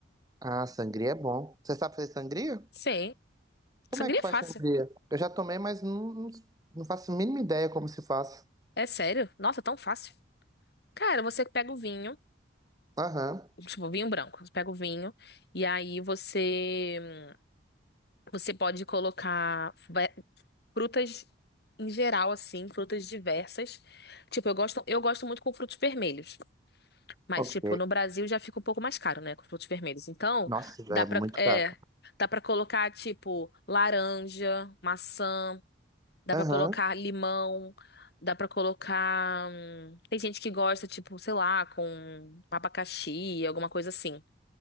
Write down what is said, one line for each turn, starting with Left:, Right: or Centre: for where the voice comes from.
Right: Ah, sangria é bom. Você sabe fazer sangria?
Left: Sim.
Right: Como
Left: Sangria
Right: é que faz
Left: é fácil.
Right: sangria? Eu já tomei, mas não, não não faço a mínima ideia como se faz.
Left: É sério. Nossa, tão fácil. Cara, você pega o vinho.
Right: Aham.
Left: Tipo, vinho branco. Você pega o vinho. E aí você. Você pode colocar ve- frutas em geral, assim, frutas diversas. Tipo, eu gosto, eu gosto muito com frutos vermelhos. Mas,
Right: Ok.
Left: tipo, no Brasil já fica um pouco mais caro, né? Com frutos vermelhos. Então,
Right: Nossa,
Left: dá
Right: é
Left: pra,
Right: muito
Left: é,
Right: caro.
Left: dá pra colocar, tipo, laranja, maçã, dá
Right: Aham,
Left: pra colocar limão, dá pra colocar. hum, Tem gente que gosta, tipo, sei lá, com abacaxi, alguma coisa assim.